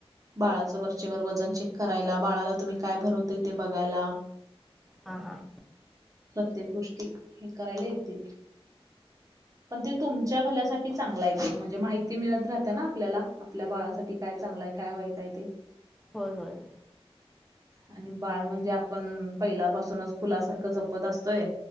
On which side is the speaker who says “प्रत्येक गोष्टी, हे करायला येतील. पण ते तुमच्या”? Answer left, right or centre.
Right